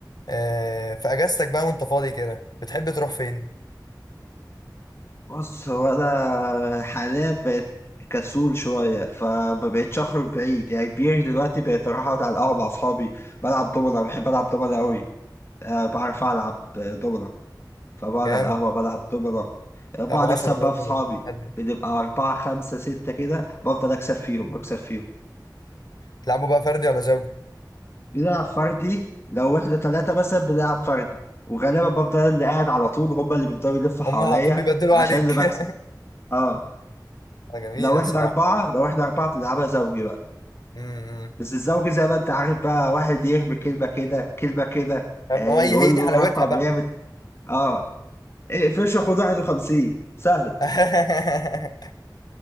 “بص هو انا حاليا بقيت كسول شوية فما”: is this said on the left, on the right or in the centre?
Left